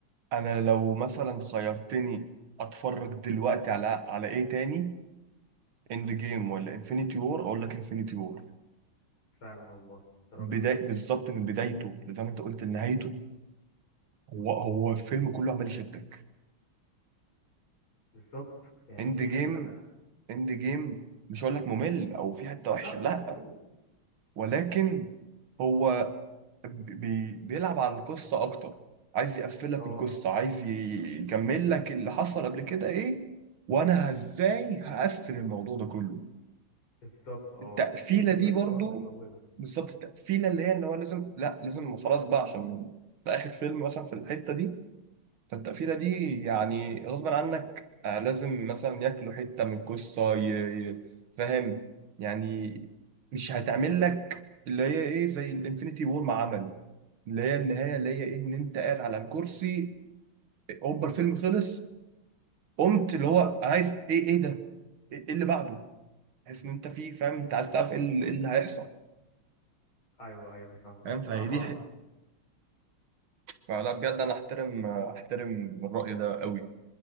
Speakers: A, on the right (about 80°); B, on the left (about 80°).
A: انا لو مثلا خيرتني اتفرج دلوقتي على على ايه تاني اند جيم ولا انفينيتي وور اقول لك انفينيتي وور
B: فعلا والله أنت
A: بداية
B: راجل
A: بالظبط من بدايته زي ما انت قلت لنهايته هو هو الفيلم كله عمال يشدك
B: بالظبط يعني
A: اند
B: مفيش
A: جيم
B: حته من...
A: اند جيم مش هقول لك ممل او في حته وحشه
B: لا
A: لا
B: مش ممل
A: ولكن هو بي بيلعب على القصه اكتر عايز يقفلك
B: اه
A: القصه عايز ي- يكمل لك اللي حصل قبل كده ايه وانا ازاي هقفل الموضوع ده كله
B: بالظبط اه
A: التقفيله
B: بيبتدي
A: دي
B: بالحوار
A: برضو
B: من اوله
A: بالظبط التقفيله اللي هي اللي هو لازم لا لازم خلاص بقى عشان ده اخر فيلم مثلا في الحته دي فالتقفيلة دي يعني غصب عنك آه، لازم مثلا ياكلوا حتة من القصة ي- ي- فاهم يعني مش هتعمل لك اللي هي ايه زي الانفينيتي وور ما عمل اللي هي النهاية اللي هي إيه ان انت قاعد على الكرسي هوبا الفيلم خلص قمت اللي هو عايز ايه ايه ده ايه إيه اللي بعده تحس ان انت فيه فاهم انت عايز تعرف ايه اللي إيه اللي هيحصل
B: ايوه ايوه انا فاهمك
A: فاهم فهي
B: بصراحه
A: دي حتة
B: يعني
A: فلا بجد انا احترم احترم الرأي ده قوي